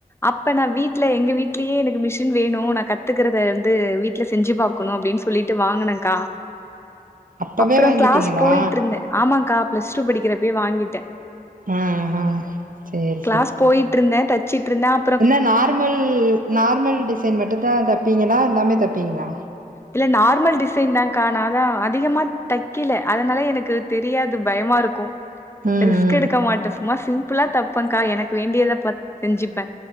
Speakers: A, on the left (about 15°); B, on the right (about 65°).
A: அப்ப நா வீட்ல எங்க வீட்லயே எனக்கு மிஷின் வேணும் நா கத்துக்கறத வந்து வீட் ல்ல செஞ்சு பாக்கணும் அப்டின்னு சொல்லிட்டு வாங்கினக்கா
B: அப்பவே
A: அப்றோ
B: வாங்கிட்டீங்களா
A: கிளாஸ் போயிட்டு இருந்தே ஆமாக்கா பிளஸ் டூ படிக்கிறப்பயே வாங்கிட்டே
B: ஆ ஆ சேரி
A: கிளாஸ்
B: சேரி
A: போயி ட்டு இருந்தே தச்சிட்டு இருந்தே அ
B: என்ன நார்மல் நார்மல் டிசைன் மட்டுந்தா தப்பீங்களா எல்லாமே தப்பீங்களா
A: இல்ல நார்மல் டிசைன் தாக்கா நா அதா அதிகமா தக்கல அதனால எனக்கு தெரியாது பயமா இருக்கும்
B: ம்
A: ரிஸ்க் எடுக்க
B: ம்
A: மாட்டே சும்மா சிம்பிளா தப்பன்கா எனக்கு வேண்டியத ப செஞ்சுப்பே